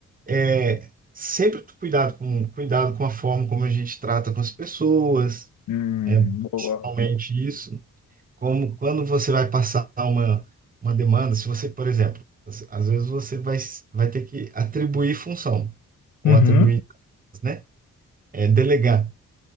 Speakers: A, on the right; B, on the left.
A: É, sempre cuidado com, cuidado com a forma como a gente trata com as pessoas,
B: hum,
A: é,
B: boa.
A: principalmente isso. Como quando você vai passar uma, uma demanda, se você, por exemplo, às às vezes você vai, vai ter que atribuir função, ou
B: Uhum.
A: atribuir, né? É, delegar.